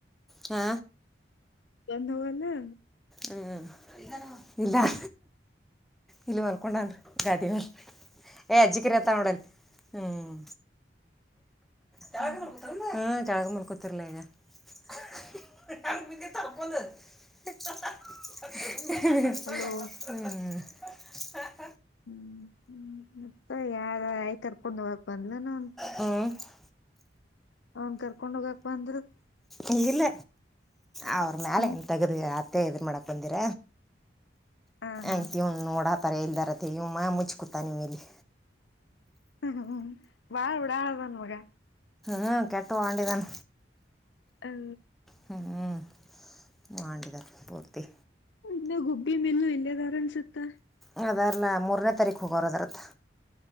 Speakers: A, in the centre; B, on the left.
A: ಆ.
B: ಎಂದ ಹೋಗಲ್ಲ.
A: ಹ್ಮ್ ಇಲ್ಲದಾನ ಇಲ್ಲಿ ಮಲ್ಕೊಂಡನ್ರಿ ಗಾದಿ ಮ್ಯಾಲ ಏ ಅಜ್ಜಿ ಕರಿಯಾತಾಳ ನೋಡ್ ಅಲ್ಲಿ ಹ್ಮ್. ತೆಳಗ
B: ಹ್ಮ್
A: ಮಲ್ಕೋತನ ಹ್ಮ್ ಕೆಳಗ ಮಲ್ಕೋ. <unintelligible> ಈಗ <unintelligible> ಹೆಂಗ ಬಿದ್ದಿ ತಡಕೊಂಡ. <unintelligible> ಹ್ಮ್.
B: ಹಲೋ
A: <unintelligible>
B: ಹ್ಮ್ ಹ್ಮ್ ಮತ್ತ ಯಾರ ಆಯಿ ಕರ್ಕೊಂಡ ಹೋಗ. ಬಂದಲನ ಅವನ.
A: ಹ್ಞೂ
B: ಅವನ ಕರ್ಕೊಂಡ ಹೋಗಕ ಬಂದ್ರು.
A: ಏ ಇಲ್ಲ. ಅವ್ರ ಮ್ಯಾಲ
B: ಹ್ಮ್
A: ಏನ ತಗದ ಇಡತ. <unintelligible> ಮಾಡಕ ಬಂದಿರ.
B: ಹ ಹಾ
A: ಅಂತ್ಯ ಇವನ ನೋಡಾತರ ಎಲ್ಲಿದಾರ. ಅತ್ತ ಇವ ಮುಚ್ಚಿ ಕುತ್ತನ ಇವ ಇಲ್ಲಿ.
B: ಹ್ಮ ಹ್ಮ. ಬಾಳ ಉಡಳ ಅದನ ಮಗ.
A: ಹಾಂ ಕೆಟ್ಟ ವಾಂಡ ಇದನ.
B: ಹ
A: ಹ್ಮ್ ಹ್ಮ್. ವಾಂಡ ಇದನ ಪೂರ್ತಿ.
B: ಇನ್ನ ಗುಬ್ಬಿ ಮಿಲ್ಲು ಇಲ್ಲೆದಾರ ಅನ್ಸತ್ತ.
A: ಇಲ್ಲೇ ಅದರಲ್ಲ ಮೂರನೇ ತಾರೀಕ ಹೋಗೋರ ಅದರತ್ತ.